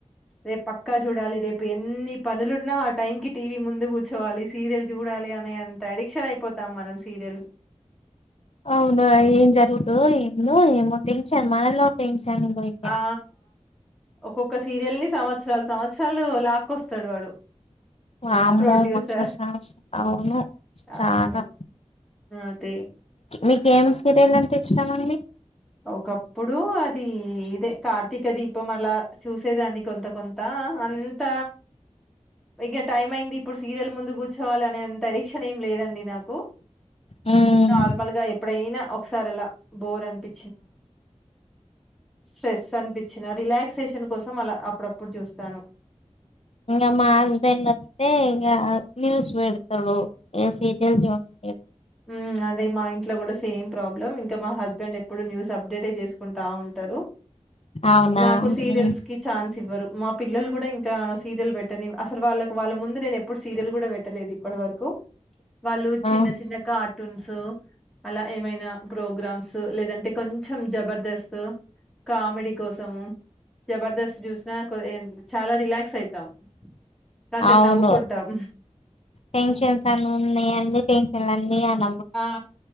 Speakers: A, in the centre; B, on the left.
A: రేపు పక్కా చూడాలి రేపు ఎన్ని పనులున్నా ఆ టైంకి టీవీ ముందు కూర్చోవాలి సీరియల్ చూడాలి అనే అంత అడిక్షన్ అయిపోతాం మనం సీరియల్స్
B: అవున ఏం జరుగుతాదో ఏందో ఏమో టెన్షన్ మనలో టెన్షన్ ఇగ
A: ఆ ఆ ఒక్కొక్క సీరియల్ ని సంవత్సరాలు సంవత్సరాలు లాక్కొస్తాడు వాడు
B: వామ్మో
A: ప్రొడ్యూసర్
B: మససస్త <unintelligible> వును చాలా
A: అవును అదే
B: మీకు ఏం సీరియల్ అంటే ఇష్టమండి
A: ఒకప్పుడు అది ఇదే కార్తీక దీపం అలా చూసి చూసేదాన్ని కొంత కొంత అన్ అంత ఇంకా టైం అయింది ఇప్పుడు సీరియల్ ముందు కూర్చోవాలి అనేంత అడిక్షన్ ఏం లేదండి నాకు
B: మ్మ్
A: నార్మల్గా ఎప్పుడయినా ఒకసారి అలా బోర్ అంటే స్ట్రెస్ అనిపించిన రిలాక్సేషన్ కోసం అలా అప్పుడప్పుడు చూస్తాను
B: ఇకా మా హస్బెండ్ వత్తే ఇంకా న్యూస్ పెడతారుఇగ సీరియల్స్ చూడను
A: ఉ అదే మా ఇంట్లో కూడా సేమ్ ప్రాబ్లం ఇంకా మా హస్బెండ్ ఎప్పుడు న్యూస్ అప్డేట్ చేసుకుంటా ఉంటారు
B: అవునా
A: నాకు
B: మ్మ్
A: సీరియల్స్ కి ఛాన్స్ ఇవ్వరు మా పిల్లలు కూడా ఇంకా సీరియల్ పెట్టనివ్ అసలు వాళ్ళ వాళ్ళ ముందు నేను ఎప్పుడు సీరియల్ కూడా పెట్టలేదు ఇప్పటి వరకు వాళ్ళు చిన్న
B: ఆ
A: చిన్న కార్టూన్స్ అలా ఏమైనా ప్రోగ్రామ్స్ లేదంటే కొంచెం జబర్దస్త్ కామెడీ కోసము జబర్దస్త్ చూసినా చాలా రిలాక్స్ అయితాం కాసేపు
B: అవును
A: నవ్వుకుంటాం
B: టెన్షన్స్ అన్ని ఉన్న టెన్షన్ లు అన్ని అన
A: ఆ